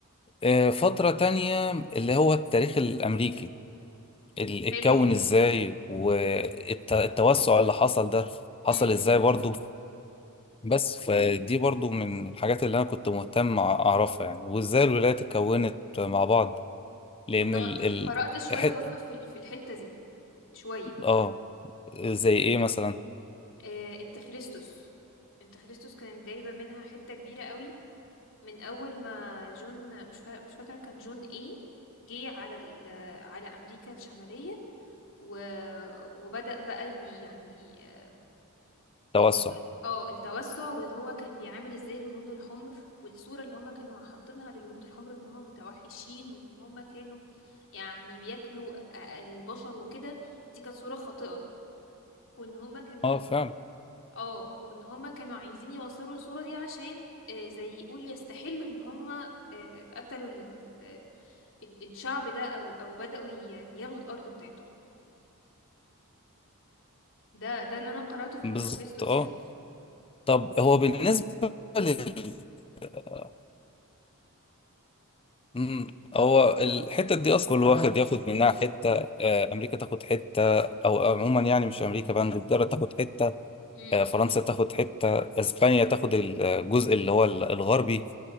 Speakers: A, on the left; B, on the left.
A: آه، فترة تانية اللي هو التاريخ الأمريكي ال- اتكون
B: حلو
A: ازاي والتوسع اللي حصل ده حصل
B: امم
A: ازاي برضو بس فدي برضو من الحاجات اللي انا كنت مهتم اعرفها يعني وازاي الولايات اتكونت مع بعض لان
B: انا
A: ال ال
B: قرأت شوية
A: حتة
B: برضو في ال- في الحتة دي شوية
A: اه زي ايه مثلا
B: آه، انت خريستوس انت خريستوس كانت جايبة منها حتة كبيرة قوي من اول ما جون مش فا... مش فاكرة كان جون ايه جه على ال... على امريكا الشمالية و... وبدأ بقى ي- يعني آه،
A: توسع
B: ال- ال- اه التوسع وهو كان بيعامل ازاي الهنود الحمر والصورة اللي هم كانوا حاطينها للهنود الحمر ان هم متوحشين وان هم كانوا يعني بياكلوا أ- البشر وكده دي كانت صورة خاطئة وان هم كانوا
A: اه فاهم
B: اه وان هم كانوا عايزين يوصلوا الصورة دي عشان آه، زي يقول يستحلوا ان هم آه، قتلوا ال- ال- آه، ال- الشعب ده او او بدأوا يعني ياخدوا الارض بتاعته ده ده اللي انا قرأته في
A: بالظبط
B: انترفيستوس
A: اه
B: يعني
A: طب هو بالنسبة لل آه، مم. هو الحتة دي أصلا كل واحد ياخد منها حتة آه، أمريكا تاخد حتة أو عموما يعني مش أمريكا بقى إنجلترا تاخد حتة
B: امم
A: آه، فرنسا تاخد حتة اسبانيا تاخد الجزء اللي هو الغربي